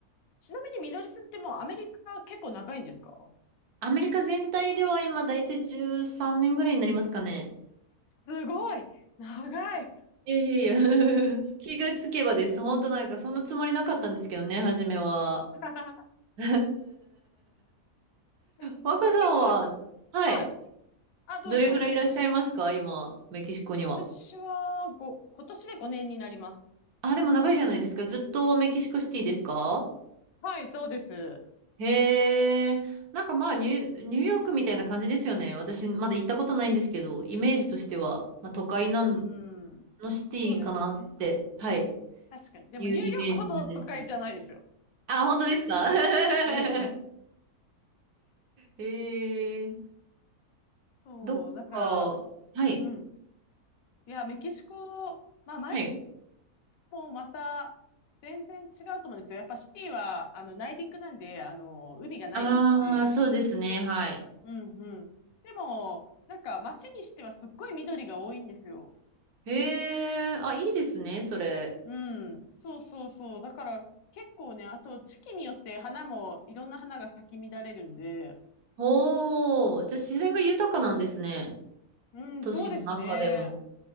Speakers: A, on the left; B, on the right.
A: ちなみに、みのりさんってもうアメリカ結構長いんですか
B: アメリカ全体では今大体13年ぐらいになりますかね。
A: すごい長い
B: いやいやいや <laughs> 気がつけばです。本当なんかそんなつもりなかったんですけどね、初めは。
A: <laughs>
B: <laughs>
A: え結
B: 若さんは、
A: 構、
B: はい。
A: はい。あ、どうぞどうぞ。
B: どれぐらいいらっしゃいますか今、メキシコには。
A: 私はご、今年で5年になります。
B: あ、でも長いじゃないですか。ずっとメキシコシティですか
A: はい、そうです。
B: へえ。なんかまあニュ、ニューヨークみたいな感じですよね。私、まだ行ったことないんですけど、イメージとしては、まあ、都会なん
A: うん。
B: のシティかなって、
A: そうですね。
B: はい、
A: 確かに。でもニューヨークほど都会じゃないですよ。
B: いうイメージなんですけど。あ、本当ですか
A: うんうん。
B: <laughs> へえ。
A: そう。
B: どっか、
A: だから、
B: はい、
A: うん。いや、メキシコ、まあ、マイアミ
B: はい。
A: もまた全然違うと思うんですよ。やっぱシティは、あの、内陸なんで、あの、海がないですし、
B: ああ、そうですね、はい。
A: うんうん。でも、なんか街にしてはすっごい緑が多いんですよ。
B: へえ、あ、いいですね、それ。
A: うん。そうそうそう。だから結構ね、あと時期によって花も、いろんな花が咲き乱れるんで、
B: おー、じゃあ自然が豊かなんですね。
A: うん、
B: 都市の中でも。
A: そうですね。